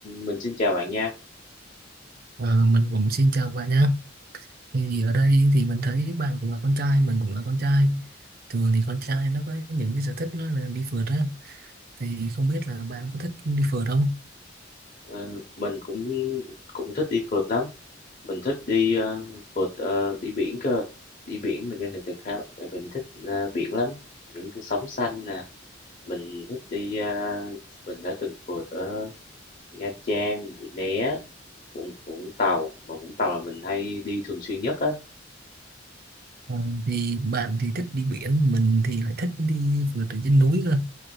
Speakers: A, on the left; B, on the right.
A: mình xin chào bạn nha.
B: Ờ, mình cũng xin chào bạn nhé. Thì ở đây thì mình thấy bạn cũng là con trai, mình cũng là con trai. Thường thì con trai nó có những cái sở thích nó là đi phượt á. Thì không biết là bạn có thích đi phượt không?
A: Ờ, mình cũng cũng thích đi phượt lắm, mình thích đi, ơ, phượt, ờ, đi biển cơ. Đi biển mình có thể được khá tại mình thích, a, biển lắm, những cái sóng xanh nè, mình thích đi, a mình đã từng phượt ở Nha Trang, Mũi Né, Vũng Vũng Tàu, mà Vũng Tàu là mình hay đi thường xuyên nhất á,
B: Ờ, thì bạn thì thích đi biển, mình thì lại thích đi phượt ở trên núi cơ.